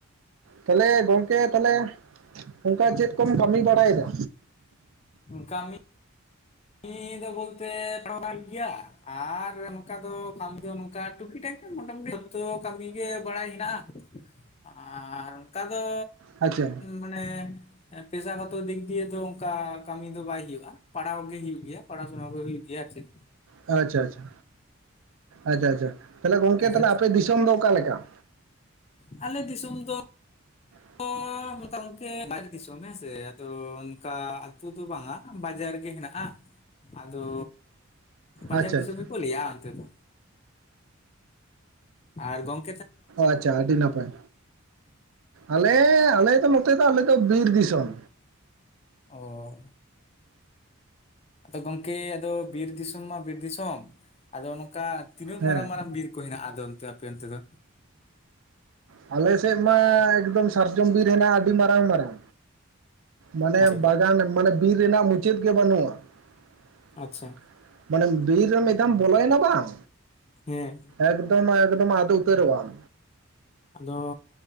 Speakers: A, on the right; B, on the left.
A: ᱛᱟᱦᱞᱮ ᱜᱚᱢᱠᱮ ᱛᱟᱦᱞᱮ ᱚᱝᱠᱟ ᱪᱮᱫ ᱠᱚᱢ ᱠᱟᱹᱢᱤ ᱵᱟᱲᱟᱭ ᱫᱟ?
B: ᱠᱟᱹᱢᱤ ᱠᱟᱹᱢᱤ ᱫᱚ ᱵᱚᱞᱛᱮ <unintelligible> ᱦᱩᱭᱩᱜ ᱜᱮᱭᱟ ᱟᱨ ᱱᱚᱝᱠᱟ ᱫᱚ ᱠᱟᱹᱢᱤ ᱫᱚ ᱱᱚᱝᱠᱟ ᱴᱩᱠᱤ ᱴᱟᱠᱤ ᱢᱚᱴᱟᱢᱩᱴᱤ ᱡᱷᱚᱼᱼ ᱛᱚ ᱠᱟᱹᱢᱤ ᱜᱮ ᱵᱟᱲᱟᱭ ᱦᱮᱱᱟᱜᱼᱟ᱾ ᱟᱨ ᱚᱝᱠᱟ ᱫᱚᱼᱼ
A: ᱟᱪᱪᱷᱟ
B: ᱢᱟᱱᱮ ᱯᱮᱥᱟᱜᱚᱛᱚ ᱫᱤᱠ ᱫᱤᱭᱮ ᱫᱚ ᱚᱝᱠᱟ ᱠᱟᱹᱢᱤ ᱫᱚ ᱵᱟᱭ ᱦᱩᱭᱩᱜᱼᱟ᱾ ᱯᱟᱲᱦᱟᱣ ᱜᱮ ᱦᱳᱭᱳᱜ ᱜᱮᱭᱟ᱾ ᱯᱟᱲᱟᱥᱩᱱᱟ ᱠᱚ ᱦᱩᱭᱩᱜ ᱜᱮᱭᱟ ᱟᱨ ᱪᱮᱫ᱾
A: ᱟᱪᱪᱷᱟ ᱟᱪᱪᱷᱟ ᱟᱪᱪᱷᱟ ᱟᱪᱪᱷᱟ ᱛᱟᱦᱞᱮ ᱜᱚᱝᱠᱮ
B: ᱟᱪᱪᱷᱟ
A: ᱛᱟᱦᱚᱞᱮ ᱟᱯᱮ ᱫᱤᱥᱚᱢ ᱫᱚ ᱚᱠᱟ ᱞᱮᱠᱟ?
B: ᱟᱞᱮ ᱫᱤᱥᱚᱢ ᱫᱚ
A: <inaudible>
B: ᱚᱱᱠᱟ ᱜᱚᱝᱠᱮ ᱵᱟᱦᱨᱮ ᱫᱤᱥᱚᱢ ᱦᱮᱸᱥᱮ ᱟᱫᱚ ᱚᱝᱠᱟ ᱟᱹᱛᱩ ᱫᱚ ᱵᱟᱝᱟ ᱵᱟᱡᱟᱨ ᱜᱮ ᱦᱮᱱᱟᱜᱼᱟ᱾ ᱟᱫᱚᱻ ᱵᱟᱡᱟᱨ
A: ᱟᱪᱪᱷᱟ
B: ᱫᱤᱥᱚᱢ
A: ᱟᱪᱪᱷᱟ
B: ᱜᱮᱠᱚ ᱞᱟᱹᱭᱟ ᱚᱱᱛᱮ ᱫᱚ᱾ ᱟᱨ ᱜᱚ ᱼᱼ
A: ᱟᱪᱪᱷᱟ ᱟᱹᱰᱤ ᱱᱟᱯᱟᱭ ᱟᱞᱮ ᱟᱞᱮ ᱫᱚ ᱱᱚᱛᱮ ᱫᱚ ᱵᱤᱨ ᱫᱤᱥᱚᱢ᱾
B: ᱚᱻ ᱟᱫᱚ ᱜᱚᱝᱠᱮ ᱟᱫᱚ ᱵᱤᱨ ᱫᱤᱥᱚᱢ ᱢᱟ ᱵᱤᱨ ᱫᱤᱥᱚᱢ ᱟᱫᱚ ᱱᱚᱝᱠᱟ ᱛᱤᱱᱟᱹᱜ
A: ᱦᱮᱸ
B: ᱢᱟᱨᱟᱝ ᱢᱟᱨᱟᱝ ᱵᱤᱨ ᱠᱚ ᱦᱮᱱᱟᱜᱼᱟ᱾ ᱟᱫᱚ ᱚᱱᱛᱮ ᱟᱯᱮ ᱚᱱᱛᱮ ᱫᱚ᱾
A: ᱟᱞᱮ ᱥᱮᱫ ᱢᱟ ᱮᱠᱫᱚᱢ ᱥᱟᱨᱡᱚᱢ ᱵᱤᱨ ᱦᱮᱱᱟᱜᱼᱟ ᱟᱹᱰᱤ ᱢᱟᱨᱼᱼ <unintelligible> ᱢᱟᱱᱮ
B: ᱟᱪᱪᱷᱟ
A: ᱵᱟᱜᱟᱱ ᱢᱟᱱᱮ ᱵᱤᱨ ᱨᱮᱱᱟᱜ ᱢᱩᱪᱟᱹᱫ ᱜᱮ ᱵᱟᱹᱱᱩᱜᱼᱟ ᱾
B: ᱟᱪᱪᱷᱟ
A: ᱢᱟᱱᱮ ᱵᱤᱨ ᱨᱮ ᱢᱤᱫᱷᱟᱢ ᱵᱚᱞᱚᱭᱱᱟ ᱵᱟᱝᱼᱼ
B: ᱦᱮᱸ
A: ᱮᱠᱫᱚᱢ ᱮᱠᱫᱚᱢ ᱟᱫᱚ ᱩᱛᱟᱹᱨᱚᱜ ᱟᱢ᱾
B: ᱟᱫᱚ